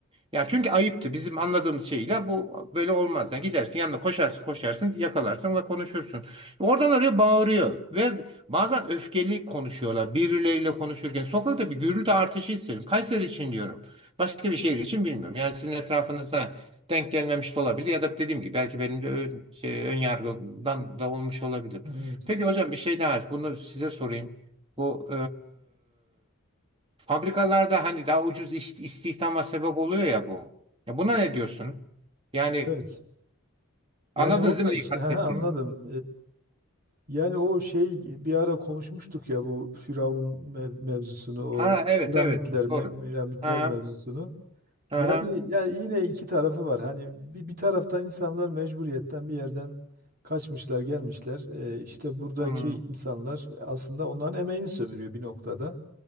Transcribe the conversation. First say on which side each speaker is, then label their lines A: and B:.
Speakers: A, on the right (about 25°); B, on the right (about 45°).
A: Ya çünkü ayıptı. Bizim anladığımız şeyle bu böyle olmaz. Yani gidersin yanına koşarsın koşarsın yakalarsın ve konuşursun. Oradan oraya bağırıyor ve bazen öfkeli konuşuyorlar birbirleriyle konuşurken. Sokakta bir gürültü artışı hissediyorum. Kayseri için diyorum. Başka bir şehir için bilmiyorum. Yani sizin etrafınızda denk gelmemiş de olabilir ya da dediğim gibi belki benim de ön, şey, ön yargıdan da olmuş olabilir.
B: evet.
A: Peki hocam bir şey daha bunu size sorayım. Bu Fabrikalarda hani daha ucuz iş- istihdama sebep oluyor ya bu. Ya buna ne diyorsun? Yani
B: Evet. Yani
A: anladınız
B: o da
A: değil mi neyi
B: işte
A: kastettiğimi?
B: ha, ha, anladım. Ee, yani o şey bir ara konuşmuştuk ya bu Firavun mev- mevzusunu o
A: Ha evet
B: piramitler
A: evet
B: me-
A: doğru.
B: piramitler
A: Ha
B: mevzusunu. Yani
A: aha
B: yani yine iki tarafı var. Hani bir, bir taraftan insanlar mecburiyetten bir yerden kaçmışlar, gelmişler. Ee, işte buradaki
A: hmm,
B: insanlar aslında onların emeğini sömürüyor bir noktada.